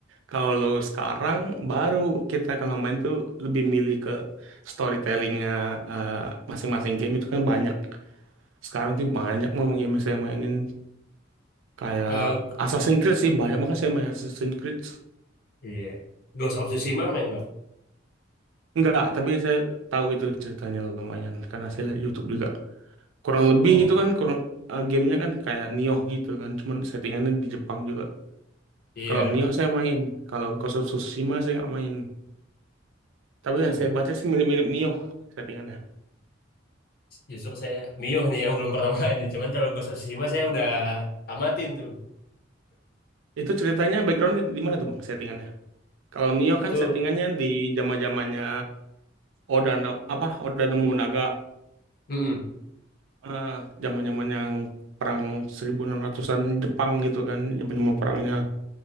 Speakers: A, on the right (about 85°); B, on the left (about 50°).
A: Kalau sekarang baru kita kalau main tuh lebih milih ke storytellingnya eh, masing-masing game itu kan banyak. Sekarang tuh banyak mau game yang saya mainin Kayak
B: Eh, g-
A: Assassin's Creed sih banyak banget saya main Assassin's Creed.
B: Iya. Ghost of Tsushima main bang?
A: Enggak, tapi saya tahu itu ceritanya lumayan karena saya lihat YouTube juga. Kurang lebih
B: Oh
A: itu kan kurang eh, gamenya kan kayak Nioh gitu kan, cuman settingannya di Jepang juga.
B: iya.
A: Kalau Nioh saya main, kalau Ghost of Tsushima saya nggak main. Tapi
B: Hmm.
A: yang saya baca sih mirip-mirip Nioh settingannya.
B: Justru saya Mio nih yang belum pernah main nih. Cuman kalau Ghost of Tsushima saya udah tamatin tuh.
A: Itu ceritanya background di, di mana tuh bang settingannya? Kalau Nioh
B: Itu
A: kan settingannya di zaman-zamannya Oda Na- apa Oda Nobunaga
B: mm-mm.
A: eh, zaman-zaman yang perang 1600-an Jepang gitu kan, zaman-zaman perangnya